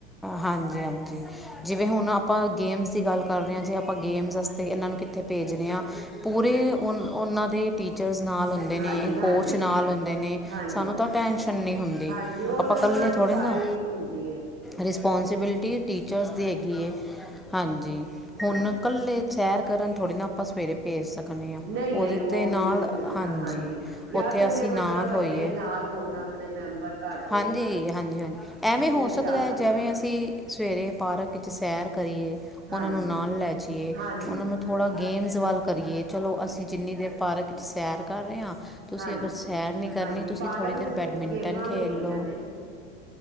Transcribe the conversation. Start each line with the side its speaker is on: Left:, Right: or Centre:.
Centre: ਹਾਂਜੀ ਹਾਂਜੀ, ਜਿਵੇਂ ਹੁਣ ਆਪਾਂ ਗੇਮਸ ਦੀ ਗੱਲ ਕਰ ਰਏ ਆ, ਜੇ ਆਪਾਂ ਗੇਮਜ਼ ਤੇ ਇਨਾਂ ਨੂੰ ਕਿੱਥੇ ਭੇਜਰੇ ਆ, ਪੂਰੇ ਓ ਉਨਾਂ ਦੇ ਟੀਚਰਸ ਨਾਲ ਹੁੰ ਦੇ ਨੇ
Right: ਹਾਂਜੀ ਹਾਂਜੀ
Centre: ਕੋੱਚ ਨਾਲ ਹੁੰਦੇ ਨੇ,
Right: ਹਾਂਜੀ
Centre: ਸਾਨੂੰ ਤਾਂ ਟੈਸ਼ਨ ਨੀ ਹੁੰਦੀ।
Right: ਹਾਂਜੀ, ਉਹ
Centre: ਆਪਾਂ
Right: ਤੇ ਉਹਨਾਂ
Centre: ਇਕੱਲੇ
Right: ਦੀ
Centre: ਥੋੜ੍ਹੇ
Right: ਸਾਰੀ
Centre: ਨਾ
Right: ਹੁੰਦੀ ਹੈ।
Centre: ਰਿਸਪੋਂਸੀਬਿਲਿਟੀ ਟੀਚਰਸ ਦੀ ਹੈਗੀ ਹੈ, ਹਾਂਜੀ, ਹੁਣ
Right: ਹਾਂਜੀ
Centre: ਇਕੱਲੇ ਸੈਰ ਕਰਨ ਥੋੜ੍ਹੀ ਨਾ ਆਪਾਂ ਸਵੇਰੇ ਭੇਜ ਸਕਦੇ ਹਾਂ,
Right: ਨਹੀਂ
Centre: ਉਹਦੇ
Right: ਨਹੀਂ ਉਹ
Centre: ਤੇ ਨਾਲ,
Right: ਨਹੀਂ ਹੋ ਸਕਦਾ
Centre: ਹਾਂਜੀ।
Right: ਜਾਂ
Centre: ਉੱਥੇ
Right: ਤੇ
Centre: ਅਸੀਂ
Right: ਮਤਲਬ
Centre: ਨਾਲ
Right: ਵੱਡੇ
Centre: ਹੋਈਏ,
Right: ਨਾਲ ਹੋਣ ਆਪਣੇ ਮੈਂਬਰ ਘਰ ਦੇ
Centre: ਹਾਂਜੀ, ਹਾਂਜੀ, ਹਾਂਜੀ। ਐਵੇਂ ਹੋ
Right: ਫਿਰ
Centre: ਸਕਦਾ
Right: ਜਾ
Centre: ਹੈ
Right: ਸਕਦੇ
Centre: ਜਿਵੇਂ
Right: ਨੇ
Centre: ਅਸੀਂ ਸਵੇਰੇ ਪਾਰਕ ਵਿੱਚ ਸੈਰ ਕਰੀਏ ਉਹਨਾਂ
Right: ਹਾਂਜੀ
Centre: ਨੂੰ ਨਾਲ ਲੈ ਜਾਈਏ,
Right: ਹਾਂਜੀ
Centre: ਉਹਨਾਂ ਨੂੰ ਥੋੜ੍ਹਾ ਗੇਮਸ ਵੱਲ ਕਰੀਏ ਚਲੋ ਅਸੀਂ ਜਿੰਨੀ ਦੇਰ ਪਾਰਕ ਚ ਸੈਰ ਕਰ ਰਹੇ ਹਾਂ। ਤੁਸੀਂ
Right: ਹਾਂਜੀ
Centre: ਅਗਰ ਸੈਰ ਨਹੀਂ ਕਰਨੀ
Right: ਹਾਂਜੀ
Centre: ਤੁਸੀਂ
Right: ਪਾਰਕ
Centre: ਥੋੜ੍ਹੀ ਦੇਰ
Right: ਚ
Centre: ਬੈਡਮਿੰਟਨ
Right: ਤੇ ਗੇਮਾਂ
Centre: ਖੇਡ
Right: ਵੀ ਹੈਗੀਆਂ
Centre: ਲਓ।
Right: ਨੇ